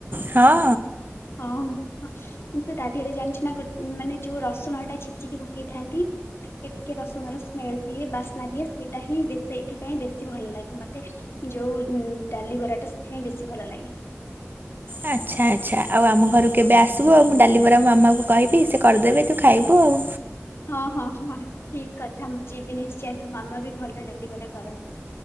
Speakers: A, on the right; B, on the left.
A: ହଁ।
B: ହଁ। <unintelligible> କିନ୍ତୁ ତା ଦେହରେ ଜାଣିଛୁ ନା ଗୋ ମାନେ ଯୋଉ ରସୁଣ ଟା ଛେଚିକି ପକେଇଥାନ୍ତି? ଟିକେ ଟିକେ ରସୁଣର ସ୍ମେଲ ଦିଏ ବାସ୍ନା ଦିଏ ସେଇଟା ହିଁ ବ ଏଥିପାଇଁ ବେଶୀ ଭଲ ଲାଗେ ମତେ। ଯୋଉ ଡାଲି ବରାଟ ସେଥିପାଇଁ ବେଶୀ ଭଲ ଲାଗେ।
A: ଆଚ୍ଛା ଆଚ୍ଛା ଆଉ ଆମ ଘରୁ କେବେ ଆସିବୁ ମୁଁ ଡାଲି ବରା ମୋ ମାମାଙ୍କୁ କହିବି ସେ କରିଦେବେ ତୁ ଖାଇବୁ ଆଉ।
B: ହଁ ହଁ ହଁ ଠିକ କଥା ମୁଁ ଯିବି ନିଶ୍ଚୟ, ତ ମାମା ବି ଭଲ ଡାଲିବରା କରନ୍ତି।